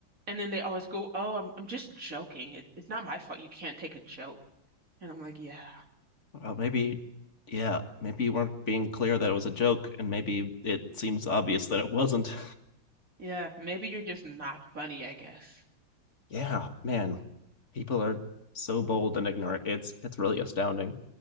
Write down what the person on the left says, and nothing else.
Well, maybe, yeah, maybe you weren't being clear that it was a joke, and maybe it seems obvious that it wasn't.
yeah, man, people are so bold and ignorant. It's it's really astounding.